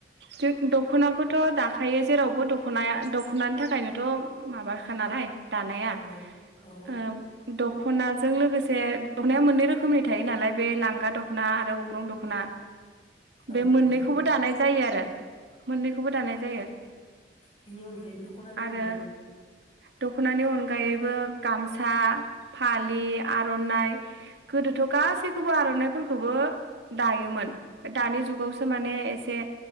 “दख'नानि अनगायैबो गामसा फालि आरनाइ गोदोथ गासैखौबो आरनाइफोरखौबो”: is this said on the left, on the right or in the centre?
Right